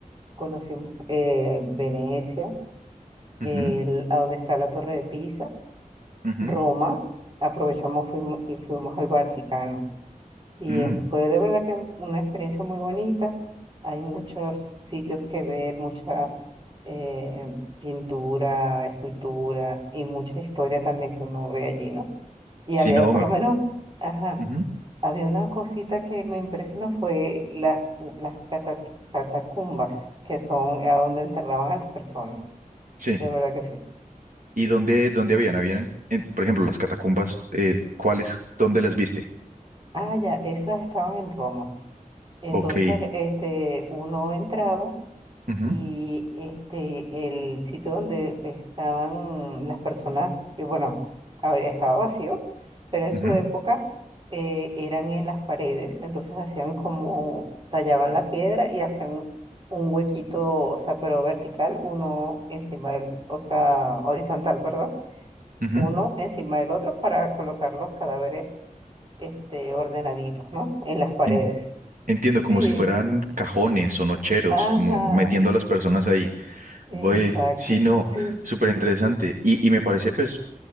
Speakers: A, on the right; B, on the right.
A: Conocimos eh, Venecia,
B: ujú,
A: el- a donde está la Torre de Pisa,
B: ujú,
A: Roma, aprovechamos fuimo- y fuimos al Vaticano. Y
B: mm.
A: eh, fue de verdad que una experiencia muy bonita. Hay muchos sitios que ver, mucha eh, pintura, escultura y mucha historia también que uno ve allí, ¿no? Y había,
B: Sí, no,
A: por
B: me...
A: lo menos, ajá,
B: ujú,
A: había una cosita que me impresionó, fue la- las cata- catacumbas, que son a donde enterraban a las personas,
B: Sí.
A: de verdad que sí.
B: ¿Y dónde, dónde habían? Habían, eh, por ejemplo, las catacumbas, eh, ¿cuáles? ¿Dónde las viste?
A: Ah, ya, esas estaban en Roma. Entonces,
B: Ok.
A: este, uno entraba.
B: ujú,
A: Y este, el sitio donde estaban las personas, eh, bueno, a ver, estaba vacío, pero en
B: ujú,
A: su época eh, eran en las paredes, entonces hacían como, tallaban la piedra y hacían un huequito, o sea, pero vertical, uno encima del, o sea, horizontal, perdón,
B: ujú.
A: uno encima del otro para colocar los cadáveres este, ordenaditos, ¿no? En las paredes.
B: En- Entiendo,
A: Sí,
B: como si fueran cajones o nocheros,
A: ajá,
B: como metiendo a las personas ahí.
A: exacto,
B: Voy, sí, no,
A: sí.
B: súper interesante. Y, y me parece pues